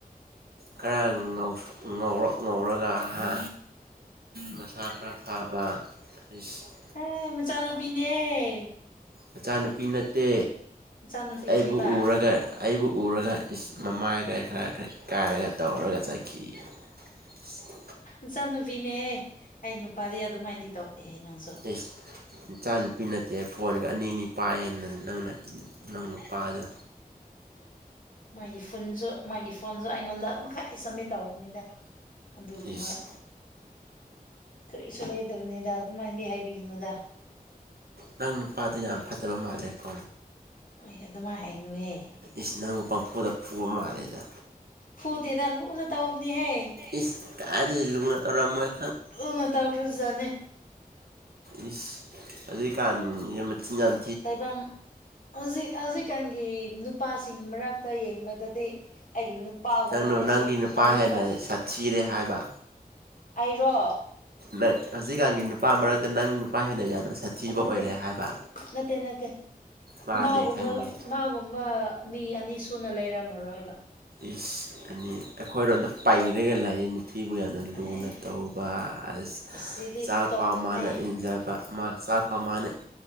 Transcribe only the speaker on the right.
ꯈꯔ ꯉꯥꯎꯁ ꯉꯧꯔꯛ ꯉꯧꯔꯒ ꯍꯥ ꯃꯁꯥ ꯈꯔ ꯐꯕ <unintelligible>
ꯃꯆꯥꯅꯨꯄꯤ ꯅꯠꯇꯦ
ꯑꯩꯕꯨ ꯎꯔꯒ ꯑꯩꯕꯨ ꯎꯔꯒ ꯏꯁ ꯃꯃꯥꯏꯒ ꯈꯔ ꯈꯔ ꯀꯥꯏꯔꯒ ꯇꯧꯔꯒ ꯆꯠꯈꯤ <unintelligible>
ꯑꯦꯁ ꯏꯆꯥ ꯅꯨꯨꯄꯤ ꯅꯠꯇꯦ ꯐꯣꯟꯒ ꯑꯅꯤ ꯑꯅꯤ ꯄꯥꯏꯑꯦꯅ ꯅꯪꯅ ꯅꯪ ꯅꯨꯄꯥꯗꯣ
ꯏꯁ
ꯅꯪ ꯅꯨꯄꯥꯗꯣ ꯌꯥꯝ ꯐꯠꯇꯕ ꯃꯥꯜꯂꯦꯀꯣ
ꯏꯁ ꯅꯪꯕꯨ ꯄꯝꯐꯨꯗ ꯄꯨꯕ ꯃꯥꯜꯂꯦꯗ
ꯏꯁ ꯀ ꯂꯨꯉ ꯇꯔ ꯃꯣꯏ
ꯏꯁ ꯑꯗꯨꯏ ꯀꯥꯟꯁ ꯃꯆꯤꯟꯖꯟ
ꯅꯪꯅ
ꯅꯪꯒꯤ ꯅꯨꯄꯥ
ꯍꯦꯟꯅ ꯁꯥꯊꯤꯔꯦ ꯍꯥꯏꯕ
ꯅꯪ ꯍꯧꯖꯤꯛꯀꯥꯟꯒꯤ ꯅꯨꯄꯥ ꯃꯔꯛꯇ ꯅꯪ ꯅꯨꯄꯥ ꯍꯦꯟꯅ ꯌꯥꯝꯅ ꯁꯥꯊꯤꯕ
ꯑꯣꯏꯔꯦ ꯍꯥꯏꯕ
ꯃꯥꯅꯦ
ꯈꯪꯉꯦ
ꯏꯁ ꯑꯅꯤ ꯑꯩꯈꯣꯏꯔꯣꯝꯗ ꯄꯩꯔꯒ ꯂꯩꯅꯤ ꯅꯨ ꯐꯤꯕꯨ ꯌꯥꯝꯅ ꯂꯨꯅ
ꯇꯧꯕ ꯑ
ꯆꯥꯛ
ꯐꯥꯎ ꯃꯥꯅ ꯏꯟꯖꯕ ꯃꯥ ꯆꯥꯛ ꯐ ꯃꯥꯅ